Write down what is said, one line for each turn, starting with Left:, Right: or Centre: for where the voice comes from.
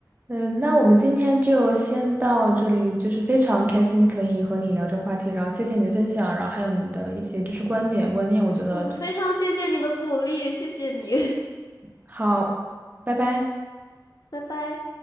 Right: 嗯，那我们今天就先到这里，就是非常开心可以和你聊这话题，然后谢谢你的分享，然后还有你的一些就是观点观念，我觉得
Left: 嗯，非常谢谢你的鼓励，谢谢你，
Right: 好，拜拜。
Left: <laughs> 拜拜。